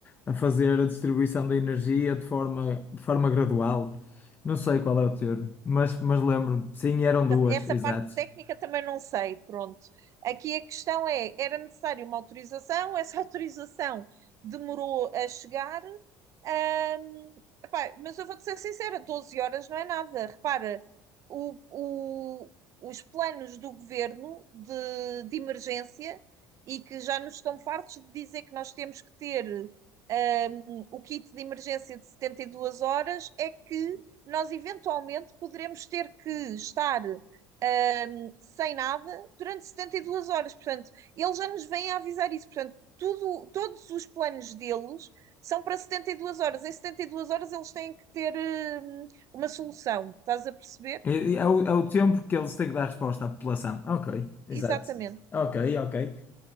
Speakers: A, on the left; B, on the right.
A: a fazer a distribuição da energia de forma, de forma gradual. Não sei qual é o termo, mas, mas lembro-me. Sim, eram duas,
B: Tam- Essa
A: exato.
B: parte técnica também não sei, pronto. Aqui a questão é, era necessário uma autorização, essa <laughs> autorização demorou a chegar, Ahm, epá, mas eu vou-te ser sincera, 12 horas não é nada. Repara, o- o- os planos do governo de, de emergência e que já nos estão fartos de dizer que nós temos que ter ahm, o kit de emergência de 72 horas é que nós eventualmente poderemos ter que estar hum, sem nada, durante 72 horas. Portanto, eles já nos vêm a avisar isso. Portanto, tudo, todos os planos deles são para 72 horas. Em 72 horas eles têm que ter hum, uma solução. Estás a perceber?
A: É, é o, é o tempo que eles têm que dar resposta à população. Ok, exato.
B: Exatamente.
A: Ok, ok.